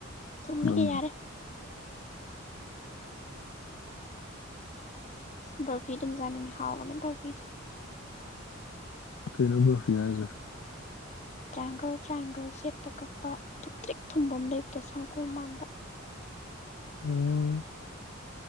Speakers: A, on the left; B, on the left.
A: ꯊꯨꯝꯃꯤꯒꯦ
B: ꯅꯪ
A: ꯌꯥꯔꯦ ꯑꯁ ꯕꯔꯐꯤ ꯑꯗꯨꯝ ꯆꯥꯅꯤꯡꯉꯦ ꯍꯥꯎꯕꯅꯦ ꯕꯔꯐꯤꯗꯣ
B: <unintelligible>
A: ꯇ꯭ꯔꯥꯏꯌꯦꯡꯒꯜ ꯇ꯭ꯔꯥꯏꯌꯦꯡꯒꯜ ꯁꯦꯞꯇ ꯀꯛꯄ ꯊꯨꯝꯇ꯭ꯔꯤꯛ ꯊꯨꯝꯕ ꯑꯃ ꯂꯩꯕꯗꯣ ꯁꯪꯒꯣꯝ ꯃꯥꯟꯕ
B: ꯑꯣ